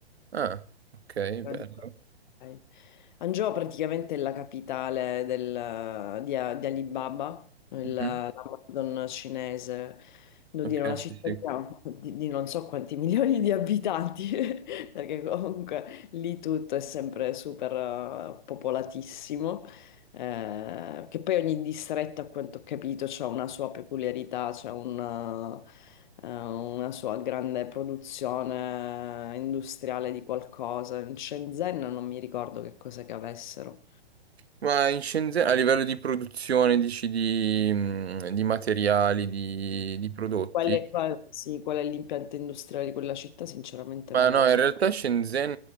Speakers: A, on the right; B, on the left.
A: Ah, ok,
B: Shanghai.
A: bello.
B: Hangzhou praticamente è la capitale del- di, di Alibaba, il-
A: Mhm.
B: l'Amazon cinese, devo
A: Ok,
B: dire una cittadina
A: sì, sì.
B: di, di non so quanti <laughs> milioni di abitanti, <laughs> perché comunque lì tutto è sempre super eh, popolatissimo. Eh, che poi ogni distretto, a quanto ho capito, ha una sua peculiarità, c'è una, eh, una sua grande produzione industriale di qualcosa. In Shenzhen non mi ricordo che cosa che avessero.
A: Ma in Shenzhen, a livello di produzione, dici di, mm, di materiali, di, di prodotti?
B: Qual è, qual- sì, qual è l'impianto industriale di quella città? Sinceramente
A: Ma
B: non
A: no,
B: lo so.
A: in realtà Shenzhen